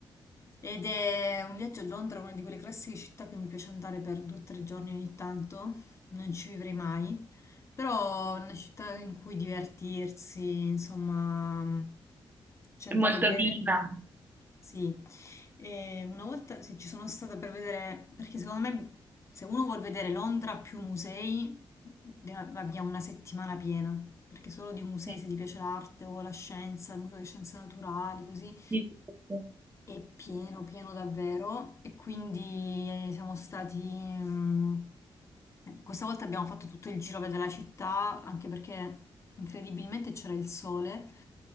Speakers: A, on the left; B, on the right.
A: Ed è un viaggio a Londra, una di quelle classiche città che mi piace andare per due o tre giorni ogni tanto. Non ci vivrei mai, però è una città in cui divertirsi, insomma, c'è
B: È
A: da
B: molto
A: vedere.
B: viva.
A: Sì, e una volta sì, ci sono stata per vedere, perché secondo me se uno vuol vedere Londra più musei, deve- abbia una settimana piena, perché solo di musei
B: eh,
A: se ti piace l'arte o la scienza, il museo di scienze naturali, così,
B: di tutto.
A: è pieno, pieno davvero e quindi eh, siamo stati... mm, Questa volta abbiamo fatto tutto il giro a vedere la città, anche perché incredibilmente c'era il sole,